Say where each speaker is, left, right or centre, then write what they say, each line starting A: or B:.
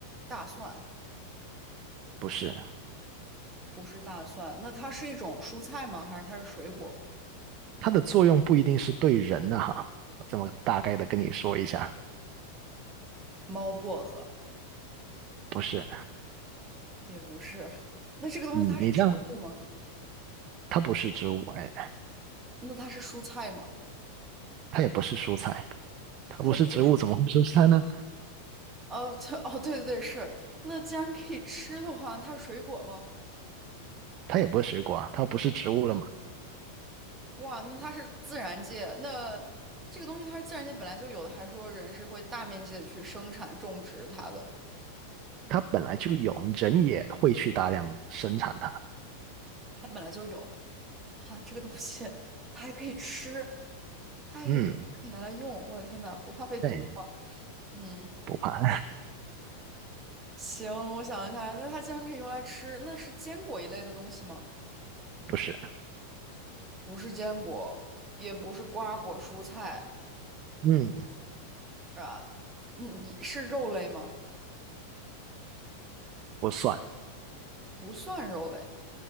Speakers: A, on the right (about 15°); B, on the right (about 30°).
A: 大蒜
B: 不是，
A: 不是大蒜，那它是一种蔬菜吗？还是它是水果？
B: 它的作用不一定是对人的哈，我这么大概的跟你说一下，
A: 猫薄荷
B: 不是，
A: 也不是，<laughs> 那这个东西它是植物吗？
B: 嗯，你这样，它不是植物，哎。
A: 那它是蔬菜吗？
B: 它也不是蔬菜，它不是植物，
A: 它也不是蔬。
B: 怎么会是蔬菜呢？
A: 哦，这哦，对对对，是。那既然可以吃的话，它是水果吗？
B: 它也不是水果啊，它不是植物了嘛，
A: 哇，那它是自然界，那这个东西它是自然界本来就有的，还说人是会大面积的去生产种植它的，
B: 它本来就有，人也会去大量生产它。
A: 它本来就有。哈、这个东西它还可以吃，它还可以吃，
B: 嗯，
A: 还可以拿来用。我的天呐，不怕被毒吗？
B: 对，
A: 嗯，
B: 不怕，
A: 行，我想一下，那它既然可以用来吃，那是坚果一类的东西吗？
B: <laughs> 不是，
A: 不是坚果，也不是瓜果蔬菜
B: 嗯，
A: 啊，嗯，也是肉类吗？
B: 不算。
A: 不算肉类，